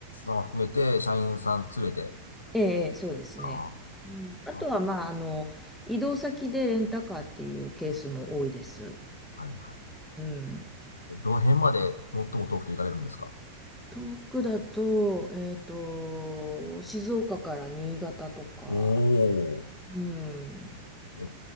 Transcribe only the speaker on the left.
様含めて社員さん連れて、
あ
あ、
はいは
い。どの辺まで最も遠くて行かれるんですか
おおー。
えっ